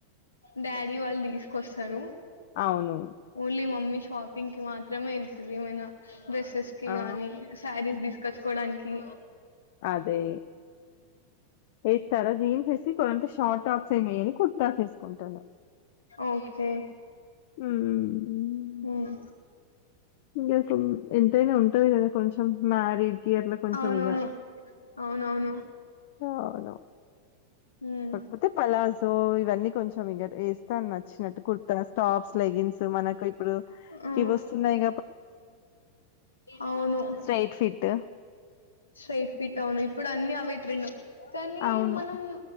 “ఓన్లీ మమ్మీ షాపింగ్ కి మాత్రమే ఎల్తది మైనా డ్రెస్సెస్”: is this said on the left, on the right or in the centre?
Left